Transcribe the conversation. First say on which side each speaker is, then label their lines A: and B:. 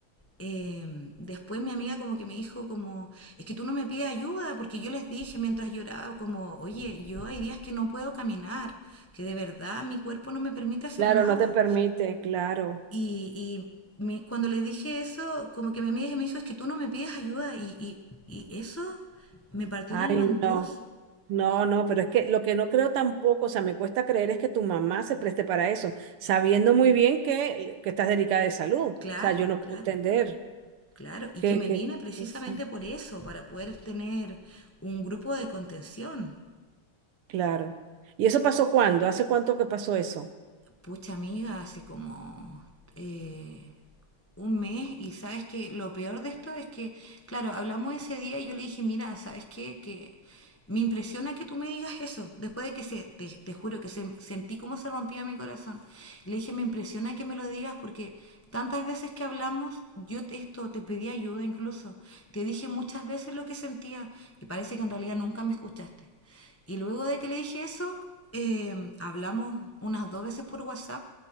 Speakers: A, on the left (about 20°); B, on the right (about 85°).
A: eh, después mi amiga como que me dijo como, es que tú no me pides ayuda, porque yo les dije mientras lloraba como, oye, yo hay días que no puedo caminar, que de verdad mi cuerpo no me permite hacer
B: claro,
A: nada.
B: no te permite, claro.
A: Y, y me- cuando les dije eso, como que mi amiga me dijo, es que tú no me pides ayuda. Y, y, y eso me partió
B: Ay,
A: el alma en dos.
B: no, no, no, pero es que lo que no creo tampoco, o sea, me cuesta creer es que tu mamá se preste para eso, sabiendo muy bien que, que estás delicada de salud. O
A: Claro,
B: sea, yo no
A: claro,
B: puedo entender
A: claro. Y
B: qué,
A: que me
B: qué
A: vine precisamente
B: cosa.
A: por eso, para poder tener un grupo de contención.
B: Claro. ¿Y eso pasó cuándo? ¿Hace cuánto que pasó eso?
A: pucha amiga, hace como eh, un mes y sabes que lo peor de esto es que, claro, hablamos ese día y yo le dije, mira, ¿sabes qué? Que me impresiona que tú me digas eso, después de que se, te, te juro que se, sentí cómo se rompía mi corazón. Y le dije, me impresiona que me lo digas porque tantas veces que hablamos, yo te, esto, te pedí ayuda incluso, te dije muchas veces lo que sentía y parece que en realidad nunca me escuchaste. Y luego de que le dije eso, eh, hablamos unas dos veces por WhatsApp